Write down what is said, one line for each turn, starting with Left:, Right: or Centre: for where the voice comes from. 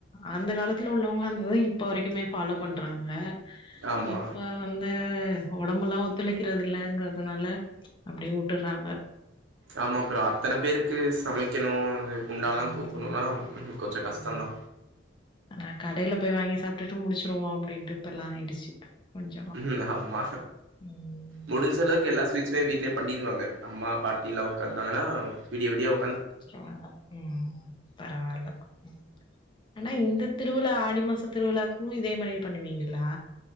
Left: அந்த காலத்துல உள்ளவுங்க அந்த தா இப்ப வரைக்குமே ஃபாலோ பண்றாங்க
Right: ஆமா
Left: இப்ப வந்து ஒடம்புல்லா ஒத்துழைக்கறது இல்லங்கறதுனால அப்டியே உட்டுறாங்க
Right: ஆமா அப்றோ அத்தன பேருக்கு சமைக்கணோ அது குண்டாலா
Left: ம்
Right: தூக்கணோனா கொஞ்ச கஷ்டோந்
Left: ம்
Right: தா
Left: ஆனா கடைல போய் வாங்கி சாப்ட்டுட்டு முடிச்சுருவோ அப்டின்ட்டு இப்பலா ஆயிடுச்சு கொஞ்சமா
Right: ம் ஆமா
Left: ம்
Right: முடிஞ்சளவுக்கு எல்லா சா ஃபிச் ஃப்ரை வீட்லயே பண்ணிருவாங்க அம்மா பாட்டில்லா ஒக்காந்தாங்கன்னா விடிய விடிய ஒ
Left: ஸ்ட்ராங்கா ம் பரவால்ல ம் ஆனா இந்த திருவிழா ஆடி மாச திருவிழாக்கோ இதே மாரியே பண்ணுவீங்களா